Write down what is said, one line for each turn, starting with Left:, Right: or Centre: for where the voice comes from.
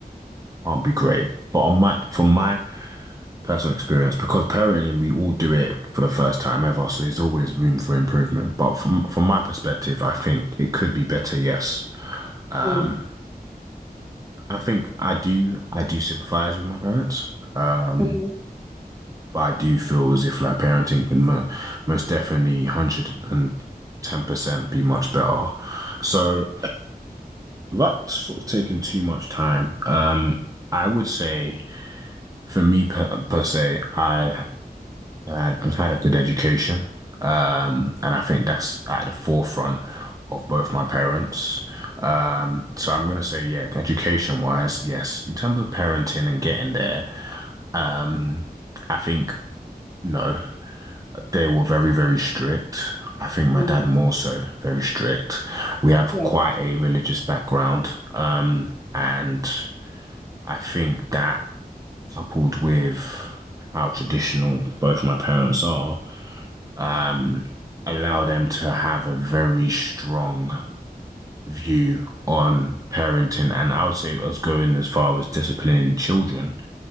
Right: can't be great. But on my, from my personal experience because parenting we all do it for the first time ever so there's always room for improvement but from from my perspective I think it could be better yes um
Centre: Mm,
Right: I think I do I do sympathize with my parents um
Centre: mhm,
Right: but I do feel as if like parenting can mo most definitely 110% be much better so without sort of taking too much time um I would say for me per, per se I I've I've had a good education, um, and I think that's at the forefront of both my parents. Um, so I'm gonna say, yeah, education wise, yes. In terms of parenting and getting there, um, I think no, they were very, very strict. I think my
Centre: mm,
Right: dad more so very strict. We have
Centre: yeah.
Right: quite a religious background, um, and I think that coupled with how traditional both my parents are. um, allow them to have a very strong view on parenting, and I would say us going as far as disciplining children.